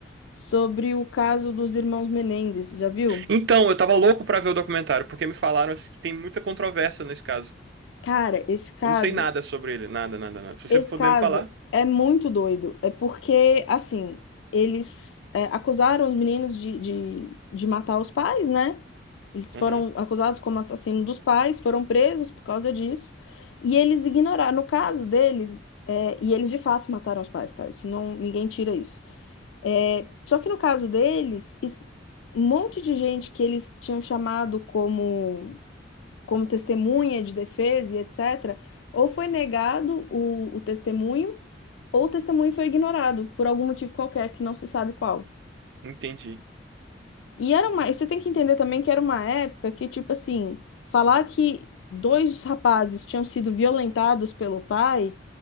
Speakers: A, on the left; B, on the right.
A: sobre o caso dos irmãos Menendez, já viu?
B: Então, eu tava louco pra ver o documentário, porque me falaram assim, que tem muita controvérsia nesse caso.
A: Cara, esse caso,
B: Eu não sei nada sobre ele, nada, nada, nada. Se
A: esse
B: você puder
A: caso
B: me falar.
A: é muito doido. É porque, assim, eles é, acusaram os meninos de, de, de matar os pais, né? Eles
B: Uhum.
A: foram acusados como assassino dos pais, foram presos por causa disso. E eles ignoraram, no caso deles, é, e eles de fato mataram os pais, tá? Isso não, ninguém tira isso. É, só que no caso deles, es- um monte de gente que eles tinham chamado como, como testemunha de defesa e etc., ou foi negado o, o testemunho, ou o testemunho foi ignorado por algum motivo qualquer que não se sabe qual.
B: Entendi.
A: E era uma, e você tem que entender também que era uma época que, tipo assim, falar que dois rapazes tinham sido violentados pelo pai,